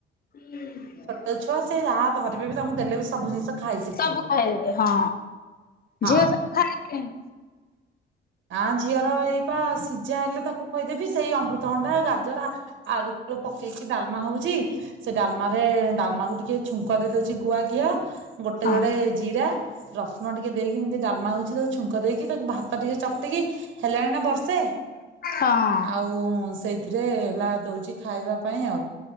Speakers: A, on the left; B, on the right.
A: ହୁଁ
B: ଛୋଟ ଛୁଆ ସେ ଯାହା ଧରିବେ ବି ତାଙ୍କୁ ଦେଲେ ବି ସବୁ ଜିନିଷ ଖାଇ ଶିଖିବେ।
A: ସବୁ ଖାଇଦେବେ ହଁ।
B: ହଁ
A: ଝିଅ ସବୁ। <unintelligible>
B: ଆଁ ଝିଅର ଏଇ ପା ସିଝା ହେଲେ ତାକୁ ଖୋଇଦେବି। ସେଇ ଅମୃତଭଣ୍ଡା, ଗାଜର ଆଳୁ ଫାଳୁ ପକେଇକି ଡାଲମା ହଉଚି, ସେ ଡାଲମାରେ ଡାଲମାକୁ ଟି କେ ଛୁଙ୍କ ଦେଇ ଦଉଚି ଗୁଆ ଘିଅ ଗୋଟେ
A: ହଁ
B: ଜୋଡେ ଜିରା ରସୁଣ ଟିକେ ଦେଇକି ଏମିତି ଡାଲମା ହଉଚି, ତାକୁ ଛୁଙ୍କ ଦେଇକି ତାକୁ ଭାତ ଟି ଚକଟିକି ହେଲାଣି ନା ବର୍ଷେ,
A: ହଁ
B: ଆଉ ସେଇ ଥିରେ ହେଲା ଦଉଚି ଖାଇବା ପାଇଁ ଆଉ।